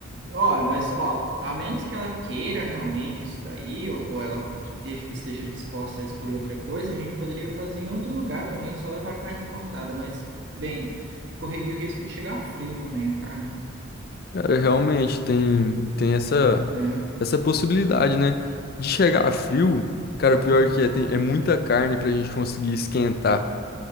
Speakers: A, on the right; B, on the left.
A: Olha, mas, ó, a menos que ela queira realmente isso daí, ou, ou ela este- esteja disposta a escolher outra coisa, a gente poderia fazer em outro lugar também, só levar a carne cortada, mas, bem, correria o risco de chegar frio também a carne,
B: Cara, realmente tem, tem essa,
A: né?
B: essa possibilidade, né? De chegar frio, cara,
A: Então,
B: pior que
A: ó.
B: é, tem, é muita carne pra gente conseguir esquentar